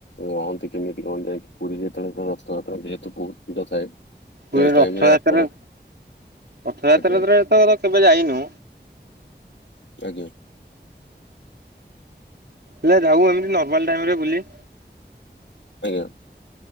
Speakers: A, on the left (about 80°); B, on the right (about 65°).
A: ରହନ୍ତି କେମିତି କଁ ଯାଇକି, ପୁରୀରେ ସେତେବେଳେ ତ ରଥାଯାତ୍ରା ଯେହେତୁ ବହୁତ୍ ଭିଡ଼ ଥାଏ? ସେଇ
B: ପୁରୀ ରେ ରଥଯାତ୍ରା
A: ଟାଇମ ଆପଣ
B: ରଥଯାତ୍ରାରେ
A: ଆଜ୍ଞା
B: ତ କେବେ ଯାଇନୁ।
A: ଆଜ୍ଞା।
B: ପିଲା ଯାଉ ଏମିତି ନର୍ମାଲ ଟାଇମ ରେ ବୁଲି।
A: ଆଜ୍ଞା।